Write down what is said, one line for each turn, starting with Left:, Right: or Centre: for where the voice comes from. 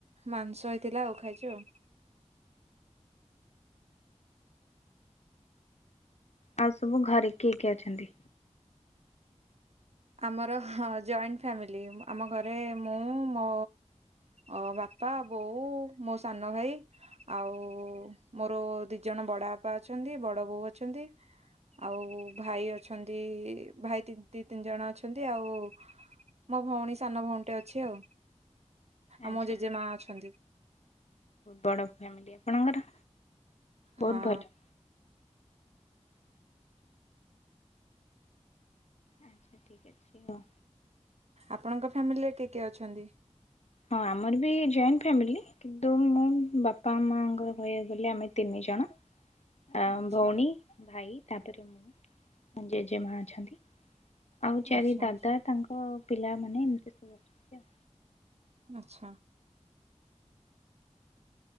Right: ମାଂସ ହେଇଥିଲା ଆଉ ଖାଇଚି ଆଉ।
Left: ଆଉ ସବୁ ଘରେ କିଏ କିଏ ଅଛନ୍ତି?
Right: ଆମର ହଁ ଜଏଣ୍ଟ ଫ୍ୟାମିଲି ଆମ ଘରେ ମୁଁ ମୋ ଓ ବାପା ବୋଉ ମୋ ସାନ ଭାଇ ଆଉ ମୋର ଦି ଜଣ ବଡ ବାପା ଅଛନ୍ତି ବଡ ବୋଉ ଅଛନ୍ତି। ଆଉ ଭାଇ ଅଛନ୍ତି ଭାଇ ଦି ତି ତିନି ଜଣ ଅଛନ୍ତି ଆଉ ମୋ ଭଉଣୀ ସାନ ଭଉଣୀଟେ ଅଛି ଆଉ।
Left: ଆଚ୍ଛା
Right: ଆଉ ମୋ ଜେଜେମା ଅଛନ୍ତି।
Left: ବଡ ଫ୍ୟାମିଲ ଆପଣଙ୍କର ବହୁତ
Right: ହଁ
Left: ଭଲ। ଆଚ୍ଛା ଠିକ୍ ଅଛି ହଉ।
Right: ଆପଣଙ୍କ ଫ୍ୟାମିଲିରେ କିଏ କିଏ ଅଛନ୍ତି?
Left: ହଁ ଆମର ବି ଜଏଣ୍ଟ ଫ୍ୟାମିଲି। କିନ୍ତୁ ମୁଁ ବାପା ମାଆଙ୍କର କହିବାକୁ ଗଲେ ଆମେ ତିନି ଜଣ। ଆଉ
Right: ଆଚ୍ଛା
Left: ଭଉଣୀ ଭାଇ ତାପରେ ମୁଁ ଜେଜେମା ଅଛନ୍ତି। ଆଉ ଚାରି
Right: ଆଚ୍ଛା
Left: ଦାଦା ତାଙ୍କ ପିଲାମାନେ ଏମିତି ସବୁ ଅଛନ୍ତି ଆଉ।
Right: ଆଚ୍ଛା।